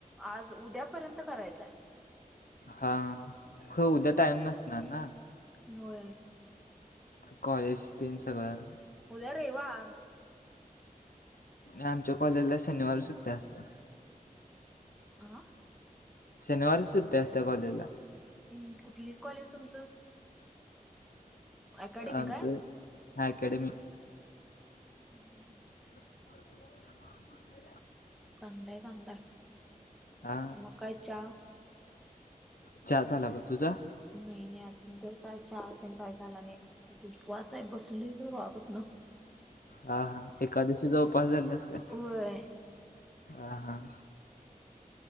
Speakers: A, in the centre; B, on the left.
A: आज उद्यापर्यंत करायचाय.
B: हा हो उद्या टाईम नसणार ना.
A: व्हयं.
B: कॉलेज तेन सगळं.
A: उद्या रविवारी.
B: आमच्या कॉलेजला शनिवारी सुट्टी असत्या.
A: आं.
B: शनिवारीच सुट्टी असत्या कॉलेजला.
A: हम् कुठली कॉलेज तुमचं. अकॅडमी
B: आमच
A: काय
B: अँकॅडमी.
A: हम् हम् हम हम.
B: <inaudible>
A: चांगलं हाय चांगलं हाय
B: हा
A: मग काय चहा?
B: च्या झाला बघ तुझा?
A: नाई नाई अजून तर च्या त्य काय झाला नाही. आज उपवास हाय बसलुय कवा पासन.
B: हा हा एकादशीचा उपवास धरलायस का?
A: व्हय.
B: अ हा हा.